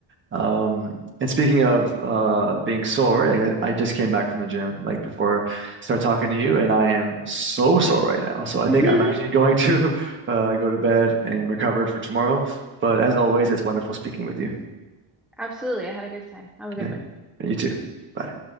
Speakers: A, on the right; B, in the centre.
A: Um, and speaking of uh, being sore, like, I, I just came back from the gym like before I start talking to you, and I am so sore right now. So I
B: <laughs>
A: think I'm actually going to <laughs> uh, go to bed and recover for tomorrow. But as always, it's wonderful speaking with you.
B: Absolutely. I had a good time. Have a good
A: Yeah,
B: one.
A: you too. Bye.